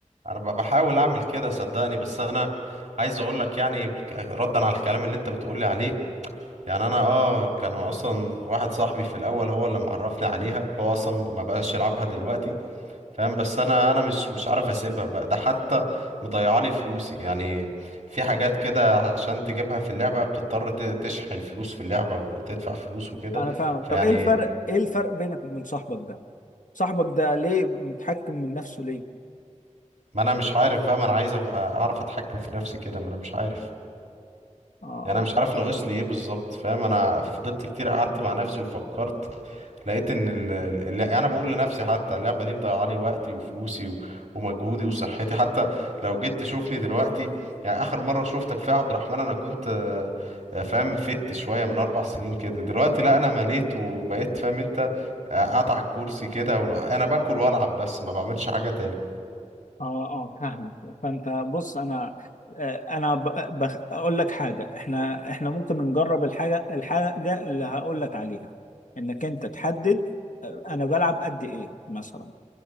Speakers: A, on the right (about 60°); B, on the left (about 80°).
A: انا ب- بحاول اعمل كده صدقني بس انا عايز اقول لك يعني بالك- ردا على الكلام اللي انت بتقولي عليه يعني انا اه كانوا اصلا واحد صاحبي في الاول هو اللي معرفني عليها هو اصلا ما بقاش يلعبها دلوقتي فاهم بس انا انا مش مش عارف اسيبها بقى ده حتى مضيعه لي فلوسي يعني في حاجات كده عشان تجيبها في اللعبة بتضطر ت- تشحن فلوس في اللعبة وتدفع فلوس وكده
B: انا فاهمك
A: فيعني
B: طب ايه الفرق ايه الفرق بينك وبين صاحبك ده صاحبك ده ليه متحكم من نفسه ليه
A: ما انا مش عارف بقى ما انا عايز ابقى اعرف اتحكم في نفسي كده ما انا مش عارف
B: اه
A: يعني انا مش عارف ناقصني ايه بالظبط فاهم انا فضلت كتير قعدت مع نفسي وفكرت لقيت ان ال... ال- الل- يعني انا بقول لنفسي حتى اللعبه دي مضيعه لي وقتي وفلوسي و... ومجهودي وصحتي حتى لو جيت تشوفني دلوقتي يعني اخر مره شفتك فيها يا عبد الرحمن انا كنت آه، آه، فاهم فت شويه من اربع سنين كده دلوقتي لا انا مليت وبقيت فاهم انت آه، قاعد على الكرسي كده وانا باكل والعب بس ما بعملش حاجه تاني
B: اه اه فاهمك فانت بص انا آه، انا ب- بخ- اقول لك حاجه احنا احنا ممكن نجرب الحاجه الحاجه اللي هقول لك عليها انك انت تحدد آه، انا بلعب قد ايه مثلا